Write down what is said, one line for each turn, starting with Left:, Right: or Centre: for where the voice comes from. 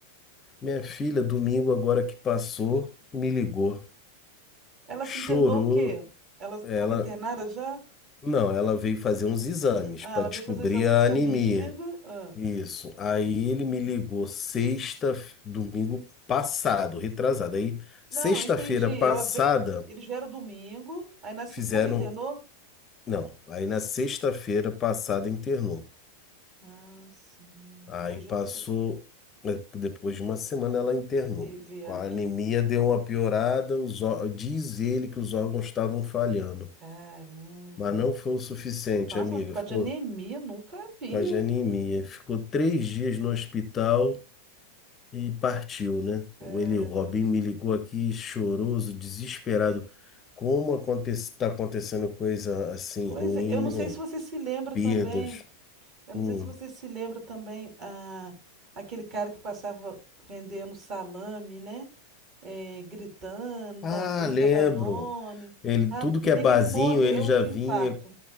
Left: Minha filha, domingo agora que passou, me ligou.
Right: Ela
Left: Chorou.
Right: se internou o quê? Ela estava
Left: Ela,
Right: internada já?
Left: não, ela veio fazer uns exames
Right: Ah,
Left: para
Right: ela veio
Left: descobrir
Right: fazer o exame
Left: a
Right: no domingo.
Left: anemia.
Right: Ah.
Left: Isso. Aí ele me ligou sexta, domingo passado, retrasado. Aí
Right: Não,
Left: sexta-feira
Right: eu entendi.
Left: passada
Right: Ela veio, eles vieram domingo, aí na segunda
Left: fizeram,
Right: internou?
Left: não, aí na sexta-feira passada internou.
Right: Ah, sim.
Left: Aí
Right: Depois de
Left: passou,
Right: uma semana
Left: né, depois de uma semana ela internou.
Right: que vieram
Left: Com a
Right: aqui.
Left: anemia deu uma piorada, os, ó- diz ele que os órgãos estavam falhando,
Right: Caramba.
Left: mas não foi o suficiente,
Right: Nossa,
Left: amiga.
Right: mas por causa
Left: Ficou
Right: de anemia, nunca vi,
Left: com a de
Right: hein?
Left: anemia. Ficou três dias no hospital e partiu, né?
Right: Caramba.
Left: O Ele, o Robinho me ligou aqui choroso, desesperado. Como acontece, tá acontecendo coisa assim
Right: Pois
Left: ruim,
Right: é, eu não sei
Left: né?
Right: se você se lembra
Left: Perdas.
Right: também. Eu não
Left: Hum.
Right: sei se você se lembra também ah, aquele cara que passava vendendo salame, né? Eh, gritando,
Left: Ah,
Right: da- vendia
Left: lembro.
Right: Danone.
Left: Ele,
Right: A
Left: tudo
Right: menina,
Left: que é barzinho,
Right: ele morreu
Left: ele já
Right: de
Left: vinha
Right: infarto.